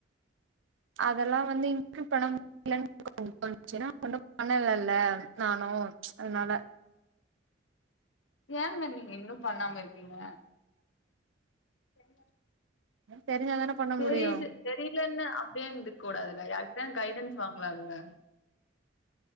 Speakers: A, on the right; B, on the left.
A: அதெல்லா வந்து இன்க்லூட் பண்ண மு டிலன்னு கொஞ்சோ தோணுச்சு என்னா ஒண்ணு பண்ணலல்ல நானு, அதனால
B: ஏங்க நீங்க இன்னு பண்ணாம இருக்கீங்க ஃப்ரண்டா
A: நமக் தெரிஞ்சாதான பண்ண
B: தெரீது
A: முடியு
B: தெரீலன்னு அப்டியே இருந்துக்கூடாதுல யார்கிட்டயாது கைடன்ஸ் வாங்கலால்ல